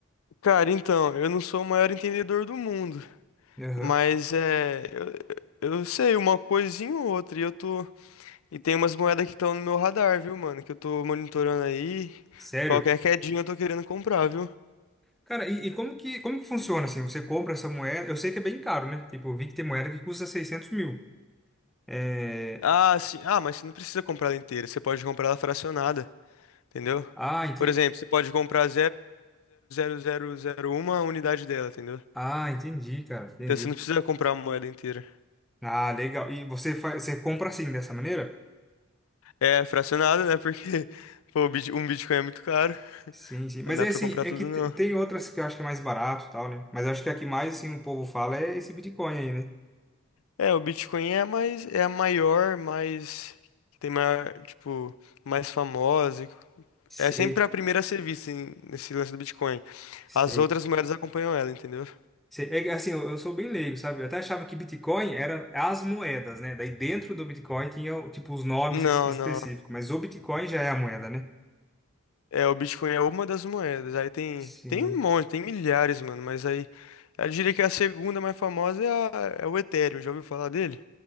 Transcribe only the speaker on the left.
Cara, então, eu não sou o maior entendedor do mundo,
mas é. Eu, eu sei uma coisinha ou outra. E eu tô. E tem umas moedas que estão no meu radar, viu, mano? Que eu tô monitorando aí.
Qualquer quedinha eu tô querendo comprar, viu?
Ah, sim. Ah, mas você não precisa comprar ela inteira. Você pode comprar ela fracionada. entendeu?
Por exemplo, você pode comprar 0.00001 a unidade dela, entendeu?
Então você não precisa comprar uma moeda inteira.
É fracionado, né? Porque <laughs> pô, o bit- um Bitcoin é muito caro.
Não dá
pra
comprar
tudo,
não.
É, o Bitcoin é a mais é a maior, mais que tem maior, tipo, mais famosa.
É sempre a primeira a ser vista em- nesse lance do Bitcoin.
As outras moedas acompanham ela, entendeu?
Não,
não.
É, o Bitcoin é uma das moedas. Aí tem,
tem um monte, tem milhares, mano. Mas aí, eu diria que é a segunda mais famosa é, a- é o Ethereum. Já ouviu falar dele?